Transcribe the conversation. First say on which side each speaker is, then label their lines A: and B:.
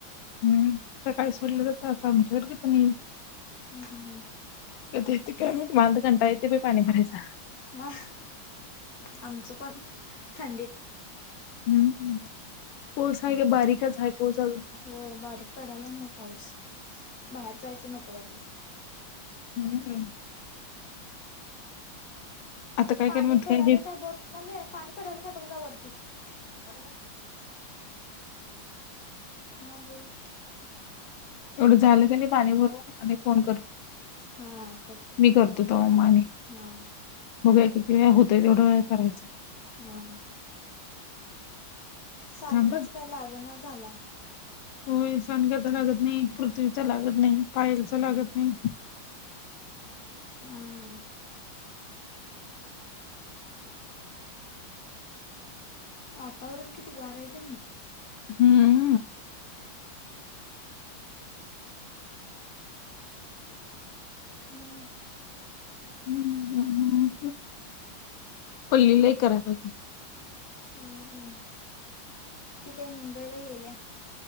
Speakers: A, on the left; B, on the left.
A: हम्म सकाळी सडलं जात आता आमच्यावरती पण येईल.
B: हम्म हम्म हम्म.
A: कधेत काय माहित मला तर कंटाळा येते बाई पाणी भरायचा.
B: मग आमचं पण थंडीत
A: हम्म पोसाय का बारीकच आहे पोस अजून
B: होय बारीक पडालाय ना पाऊस बाहेर जायचं नको वाहिलेय.
A: हम्म. आता काय
B: पाणी
A: कर माहिती
B: पडाले
A: हे
B: काय बघ मम्मी पाणी पडल काय बघ जा वरती पडत अशील की हां बोलकी.
A: एवढं झालं क नाही पाणी भरव आणि फोन कर.
B: हा कर.
A: मी करतो तो अ व माने
B: हां.
A: बग का किती वेळा होतय तेवढं वे करायचं.
B: हा हा सानिकाच
A: थांब हं.
B: काय लागनाच झालाय
A: होय सानिकाचा लागत नाही, पृथ्वीचा लागत नाही, पायलचा लागत नाही
B: हम वातावरण किती गार आहे की नाही?
A: हम्म.
B: मग
A: ह पल्लीलाही करा पाहिजे.
B: हम हम. ती काही मुंबईला गेल्या.